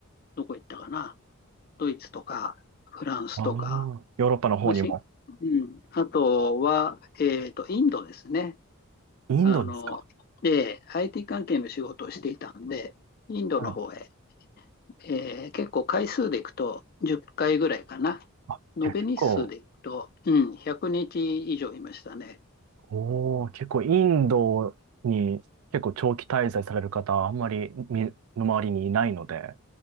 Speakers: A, on the left; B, on the right.
A: どこ行ったかな、ドイツとかフランスとか、
B: ああ、ヨーロッパの方にも。
A: まあしうん、あとは、えーと、インドですね。
B: インドですか
A: あの、で、IT 関係の仕事をしていたんで、インドの方へ、
B: はい。
A: えー結構回数でいくと10回ぐらいかな。
B: あ、
A: 延べ日数でいくと、
B: じゃあ結構、
A: うん、100日以上いましたね。
B: おー、結構インドに結構長期滞在される方、あんまりみの周りにいないので、